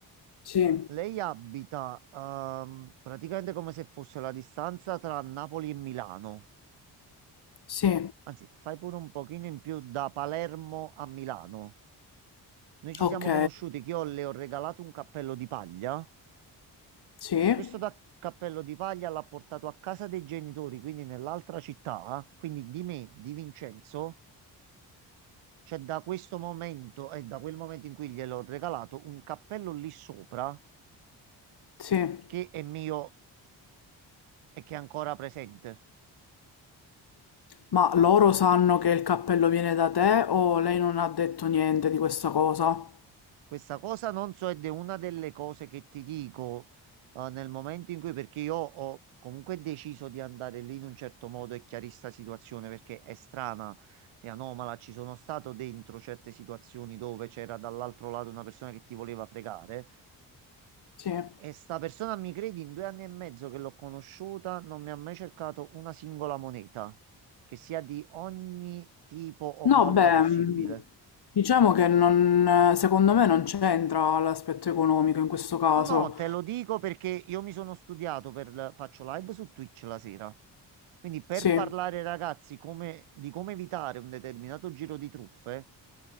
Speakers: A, on the left; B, on the right.
A: sì,
B: Lei abita ehm, praticamente come se fosse la distanza tra Napoli e Milano.
A: sì,
B: Anzi, fai pure un pochino in più da Palermo a Milano. Noi ci
A: ok,
B: siamo conosciuti che io le ho regalato un cappello di paglia.
A: sì,
B: Questo da cappello di paglia l'ha portato a casa dei genitori, quindi nell'altra città. Quindi di me, di Vincenzo, c'è da questo momento e da quel momento in cui gliel'ho regalato un cappello lì sopra
A: sì.
B: che è mio e che è ancora presente.
A: Ma loro sanno che il cappello viene da te o lei non ha detto niente di questa cosa?
B: Questa cosa non so ed è una delle cose che ti dico eh, nel momento in cui, perché io ho comunque deciso di andare lì in un certo modo e chiarista situazione perché è strana e anomala. Ci sono stato dentro certe situazioni dove c'era dall'altro lato una persona che ti voleva fregare.
A: Sì.
B: E sta persona, mi credi, in due anni e mezzo che l'ho conosciuta, non mi ha mai cercato una singola moneta, che sia di ogni tipo o
A: No,
B: valuta
A: beh,
B: possibile.
A: mh, diciamo che non, secondo me non c'entra l'aspetto economico in questo caso.
B: No, no, te lo dico perché io mi sono studiato per, faccio live su Twitch la sera. Quindi per
A: Sì,
B: parlare ai ragazzi come- di come evitare un determinato giro di truffe,